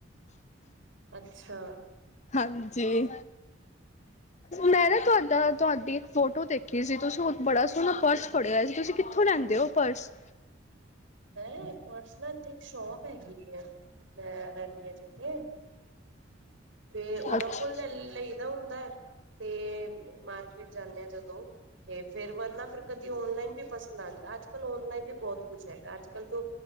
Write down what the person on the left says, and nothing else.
ਹਾਂਜੀ ਮੈਂ ਨਾ ਤੁਹਾਡਾ ਤੁਹਾਡੀ ਇੱਕ ਫੋਟੋ ਦੇਖੀ ਸੀ ਤੁਸੀਂ ਬੜਾ ਸੋਹਣਾ ਪਰਸ ਫੜਿਆ ਸੀ ਤੁਸੀਂ ਕਿੱਥੋਂ ਲੈਂਦੇ ਹੋ ਪਰਸ
ਅੱਛਾ